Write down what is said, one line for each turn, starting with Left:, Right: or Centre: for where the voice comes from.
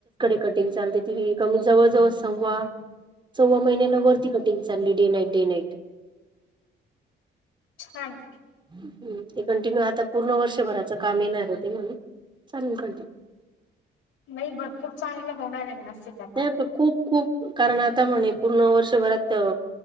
Right: कटिंग चालते ती कमी जवळ जवळ सव्वा सव्वा महिन्याला वरती कटिंग चालली, डे नाईट डे नाईट.
Left: छान आहे.
Right: हम् ते कंटिन्यू आता पूर्ण वर्षभराचं काम येणार होते म्हणून, सन खंठी.
Left: नाही, भरपूर चांगलं होणार हाय नाशिक आता.
Right: नाही खूप खूप कारण आता म्हणे पूर्ण वर्षभरात